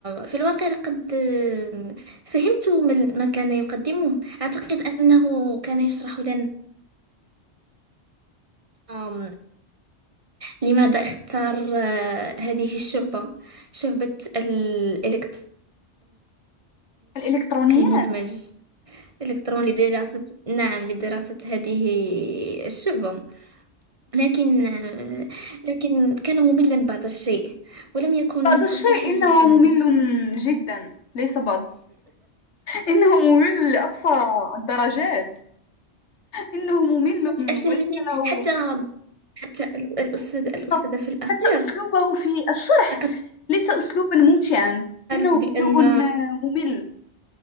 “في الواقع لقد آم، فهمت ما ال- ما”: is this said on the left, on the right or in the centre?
Right